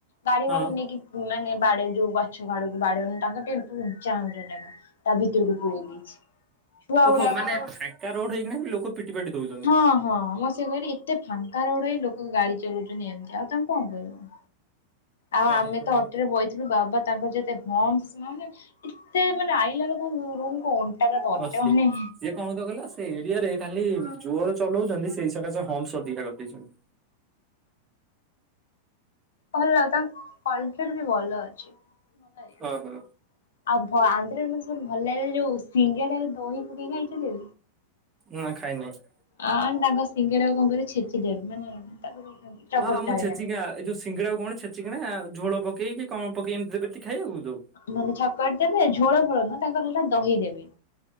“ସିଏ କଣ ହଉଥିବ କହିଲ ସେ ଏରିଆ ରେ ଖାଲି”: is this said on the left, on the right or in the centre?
Right